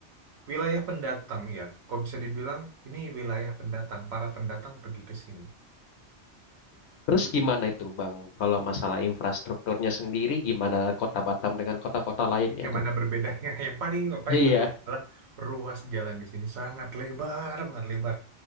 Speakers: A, on the right; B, on the left.
A: Wilayah pendatang ya, kok bisa dibilang ini wilayah pendatang, para pendatang pergi ke sini.
B: Terus
A: Gitu.
B: gimana itu Bang, kalau masalah infrastrukturnya sendiri gimana Kota Batam dengan kota-kota lain
A: Bagaimana
B: ya tuh?
A: berbedanya? <laughs> Yang paling
B: <laughs>
A: yang paling
B: Iya,
A: terasa adalah ruas jalan di sini sangat lebar, banget lebar.